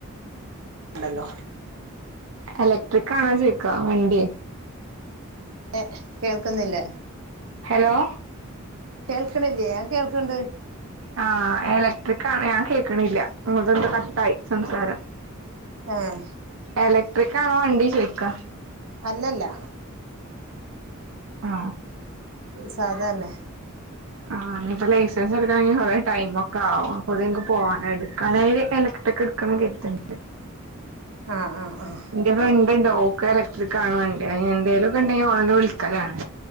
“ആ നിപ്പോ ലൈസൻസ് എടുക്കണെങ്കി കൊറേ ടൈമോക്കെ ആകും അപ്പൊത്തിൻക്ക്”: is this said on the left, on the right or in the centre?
Right